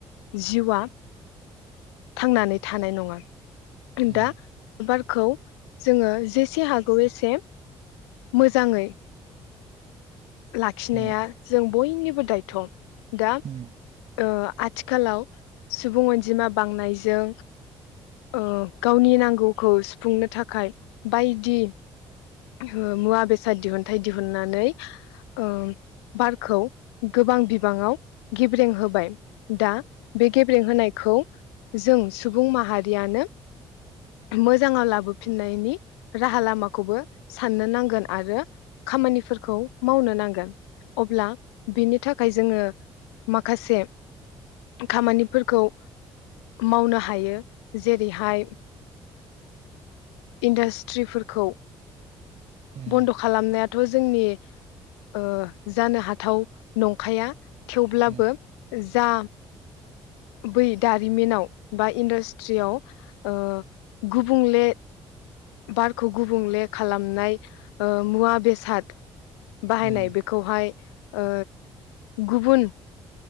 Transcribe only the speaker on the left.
जिउआ थांनानै थानाय नङा
दा बारखौ जोङो जेसे हागौ एसे मोजाङै लाखिनाया
जों बयनिबो दायथ' दा
ओ आथिखालाव सुबुं अनजिमा बांनायजों ओ गावनि नांगौखौ सुफुंनो थाखाय बायदि ओ मुवा बेसाद दिहुनथायाइ दिहुननानै ओ बारखौ गोबां बिबाङाव गेब्रें होबाय दा बे गेब्रें होनायखौ जों सुबुं माहारियानो मोजाङाव लाबोफिननायनि राहा लामाखौबो साननो नांगोन आरो खामानिफोरखौ मावनो नांगोन। अब्ला बिनि थाखाय खाय जोङो माखासे खामानिफोरखौ मावनो हायो जेरैहाय इन्डास्ट्रिफोरखौ
बन्द खालामनायाथ' जोंनि ओ जानो हाथाव नंखाया थेवब्लाबो
जा बै दारिमिनाव बा इडास्ट्रियाव ओ गुबुंले बारखौ गुबुंले खालामनाय ओ मुवा बेसाद बाहायनाय
बेखौहाय ओ गुबुन